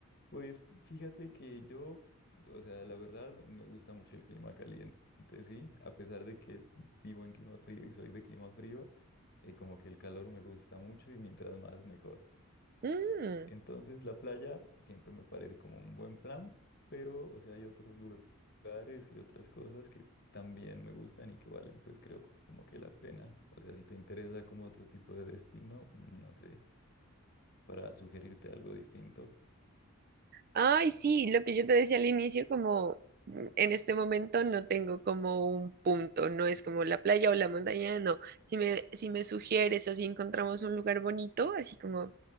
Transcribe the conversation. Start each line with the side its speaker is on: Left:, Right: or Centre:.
Left: pues fíjate que yo, o sea, la verdad me gusta mucho el clima caliente, sí, a pesar de que vivo en clima frío y soy de clima frío, eh, como que el calor me gusta mucho y mientras más mejor.
Right: Mm.
Left: Entonces, la playa siempre me parece como un buen plan, pero, o sea, hay otros lugar- lugares y otras cosas que también me gustan y que valen, pues creo como que la pena. O sea, si te interesa como otro tipo de destino, no sé, para sugerirte algo distinto. <laughs>
Right: Ay, sí, lo que yo te decía al inicio, como mm, en este momento no tengo como un punto, no es como la playa o la montaña, no. Si me, si me sugieres o si encontramos un lugar bonito, así como